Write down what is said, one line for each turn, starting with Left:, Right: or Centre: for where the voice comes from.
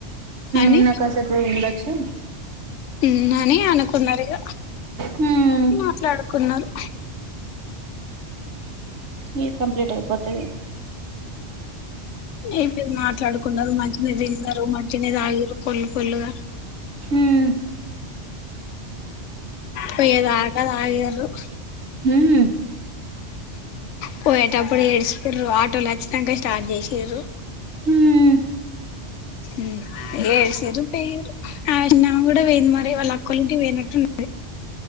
Left: అని
Right: ఉన్నా కాసేపు ఉండచ్చు.
Left: మ్ అని అనుకున్నరిగ
Right: హ్మ్
Left: మాట్లాడుకున్నరు.
Right: ఇయర్ కంప్లీట్ అయిపోతది.
Left: ఏం లేదు మాట్లాడుకున్నరు మంచిగనే తిన్నరు మంచిగనే తాగిన్రు ఫుల్ ఫుల్లుగా
Right: హ్మ్
Left: పోయేదాకా తాగిర్రు
Right: మ్
Left: పోయేటప్పుడు ఏడిచ్రు ఆటోల్ అచ్చినాక స్టార్ట్ చేసింరు.
Right: హ్మ్
Left: ఇ ఏడ్చిరు పోయిరు ఆ ఆమె గుడ పోయింది మరి వాళ్ళ అక్కోల్లింటి పోయినట్టు ది